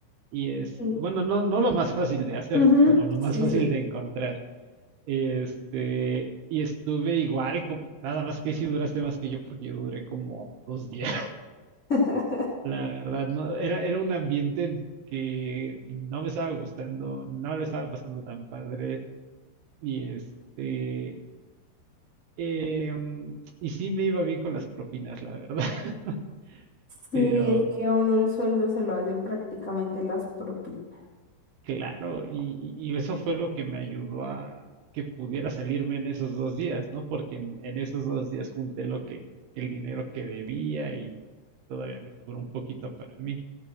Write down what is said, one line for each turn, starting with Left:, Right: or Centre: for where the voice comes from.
Right: Y es,
Left: sí.
Right: bueno, no, no lo más fácil de hacer,
Left: Ujú,
Right: sino lo más
Left: Sí,
Right: fácil
Left: sí.
Right: de encontrar. Este, y estuve igual, co- nada más que si duraste más que yo, porque yo duré como dos días.
Left: <laughs>
Right: La verdad, no, era, era un ambiente en que no me estaba gustando, no le estaba pasando tan padre y este, em, y sí me iba bien con las propinas, la verdad, <laughs>
Left: Sí,
Right: pero
Left: es que a uno el sueldo se lo hacen prácticamente las propinas.
Right: claro, y, y- y eso fue lo que me ayudó a que pudiera salirme en esos dos días, ¿no? Porque en, en esos dos días junté lo que, el dinero que debía y todavía me sobró un poquito para mí.